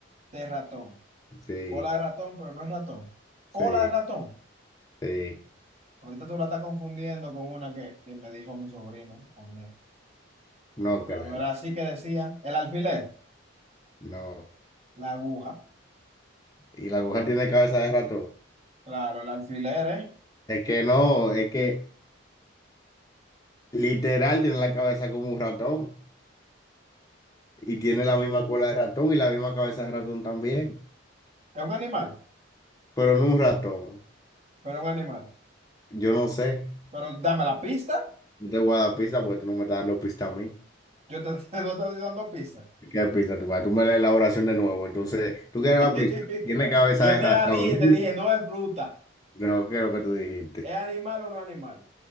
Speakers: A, on the right (about 30°); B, on the left (about 15°).
A: de ratón,
B: Sí,
A: cola de ratón, pero no es ratón.
B: sí,
A: Cola de ratón.
B: sí.
A: Ahorita tú la estás confundiendo con una que, que me dijo mi sobrino también.
B: No
A: Pero
B: creo.
A: no era así que decía. El alfiler,
B: No.
A: la aguja.
B: Y la aguja tiene cabeza de ratón.
A: Claro, el alfiler es,
B: Es que no, es que literal tiene la cabeza como un ratón. Y tiene la misma cola de ratón y la misma cabeza de ratón también.
A: es un animal,
B: Pero no un ratón.
A: pero un animal.
B: Yo no sé.
A: Pero dame la pista.
B: No te voy a dar pista porque tú no me estás dando pista a mí.
A: Yo te, <laughs> no te estoy dando pista.
B: ¿Qué pista tú vas? Tú me das la elaboración de nuevo. Entonces, ¿tú quieres
A: <laughs>
B: la pista? Tiene cabeza
A: Yo
B: de
A: te
B: ratón.
A: la dije,
B: <laughs>
A: te dije, no es fruta.
B: Creo que es lo que tú dijiste.
A: ¿Es animal o no es animal?